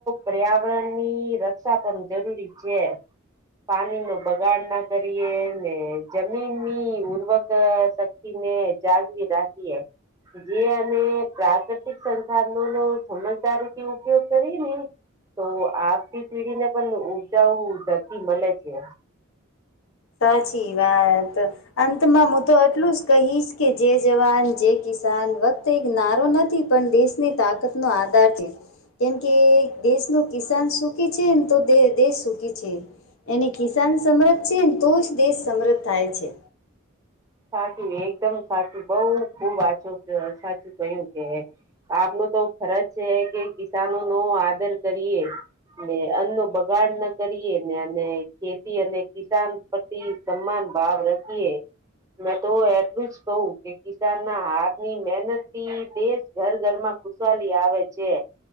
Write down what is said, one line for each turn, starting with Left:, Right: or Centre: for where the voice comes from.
Right: પર્યાવરણ ની રક્ષા પણ જરૂરી છે. પાણી નો બગાડ ના કરીએ ને જમીનની ઉર્વક સાત ને જાગીએ રાખીએ. જે અને પ્રાકૃતિક સંસાધનો નો સમજદારીથી ઉપયોગ કરી ને તો આવતી પેઢી ને પણ ઉર્જા ઓ ધરતી મળે છે.
Left: સાચી વાત. અંતમાં હું તો એટલું જ કહીશ કે જે જવાન જે કિસાન વ તે એક નારો નથી પણ દેશની તાકાતનો આધાર છે. કેમ કે એક દેશનું કિસાન સુખી છે ને તો દેશ સુખી છે. એને કિસાન સમૃત છે તો જ દેશ સમૃત થાય છે.
Right: સાચું એકદમ સાચું બઉ ખુબ વાછું સાચું કયું કે આપનો તો ફરજ છે કે કિસાનો નો આદર કરીએ. ને અન્નો બગાડ ન કરીએ ને અને ખેતી અને કિસાન પ્રતિ સમાન ભાવ રાખીએ. મેં તો એટલું જ કહું કે કિસાન ના હાથ ની મહેનત થી દેશ ઘર ઘર માં ખુશહાલી આવે છે.